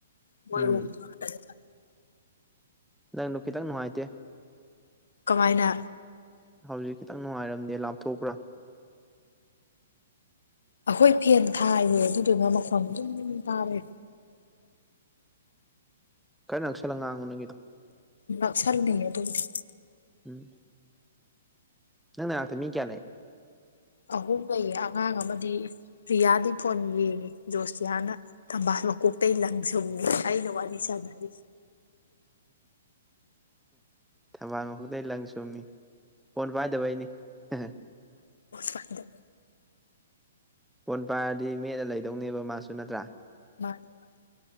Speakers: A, on the left; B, in the centre.
A: ꯑꯟꯑꯣꯗꯤꯕꯜ
B: ꯎꯝ ꯅꯪꯗꯨ ꯈꯤꯇꯪ ꯅꯨꯡꯉꯥꯏꯇꯦ
A: ꯀꯃꯥꯏꯅ
B: ꯍꯧꯖꯤꯛ ꯈꯤꯇꯪ ꯅꯨꯡꯉꯥꯏꯔꯝꯗꯦ ꯂꯥꯞꯊꯣꯛꯄ꯭ꯔꯥ
A: ꯑꯩꯈꯣꯏ ꯐꯦꯟ ꯊꯥꯏꯅꯦ ꯑꯗꯨꯗꯨꯒ ꯃꯈꯣꯟ ꯑꯗꯨꯝ ꯇꯥꯔꯦ
B: ꯈꯔ ꯅꯛꯁꯜꯂꯒ ꯉꯥꯡꯉꯣ ꯅꯪꯒꯤꯗꯣ
A: ꯅꯛꯁꯜꯂꯤꯌꯦ ꯑꯗꯨꯕꯨꯗꯤ
B: ꯎꯝ ꯅꯪ ꯅꯅꯥꯛꯇ ꯃꯤ ꯀꯌꯥ ꯂꯩ
A: ꯑꯍꯨꯝ ꯂꯩꯌꯦ ꯑꯉꯥꯡ ꯑꯃꯗꯤ ꯔꯤꯌꯥꯗꯤ ꯐꯣꯟ ꯌꯦꯡꯉꯤ ꯖꯣꯁꯤꯌꯥꯅ ꯊꯝꯕꯥꯜ ꯃꯀꯣꯛꯇ ꯑꯩ ꯂꯪ ꯁꯨꯝꯉꯦ ꯑꯩꯅ ꯋꯥꯔꯤ ꯁꯥꯅꯔꯤ
B: ꯊꯝꯕꯥꯜ ꯃꯈꯨꯗ ꯂꯪ ꯆꯨꯝꯃꯤ ꯐꯣꯟ ꯄꯥꯏꯗꯕꯩꯅꯤ ꯍꯍ
A: ꯄꯥꯏꯗꯕꯩ
B: ꯐꯣꯟ ꯄꯥꯏꯔꯗꯤ ꯃꯦꯠꯂ ꯂꯩꯗꯧꯅꯦꯕ ꯃꯥꯁꯨ ꯅꯠꯇ꯭ꯔꯥ
A: ꯃꯥꯅꯤ ꯃꯥꯅꯤ